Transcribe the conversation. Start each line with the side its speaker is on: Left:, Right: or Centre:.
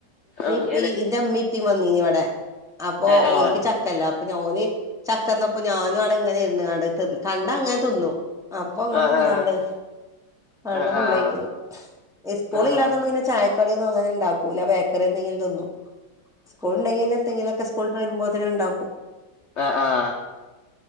Left: ഔ
Centre: ഇ ഇന്റെ അമ്മീപ്പീ വന്നീനി ഇവിടെ- അപ്പൊ
Left: ആ ആ
Centre: ഓൽക്ക് ചക്കല്ല ഞോന് ചക്കന്നപ്പോ ഞാനും അവി ഇങ്ങനെ ഇ കണ്ട അങ്ങനെ തിന്നു അപ്പൊ അങ്ങനെ
Left: ആ ആ
Centre: തിന്നാണ്ട്
Left: ആ
Centre: വെള്ള
Left: ആ
Centre: ഫുള്ളഴിക്കണ
Left: ആ
Centre: സ്കൂള
Left: ആ
Centre: ഇല്ലാത്തോണ്ട് പിന്നെ ചായ കട ഒന്നും അങ്ങന ഉണ്ടാക്കൂ ബേക്കറി എന്തങ്കിലും തിന്നും സ് കൊങ്ങന തങ്ങല കസ് സ്കൂള വരുമ്പോ തങ്ങനെ ഉണ്ടാക്കും
Left: ആഹ ആഹ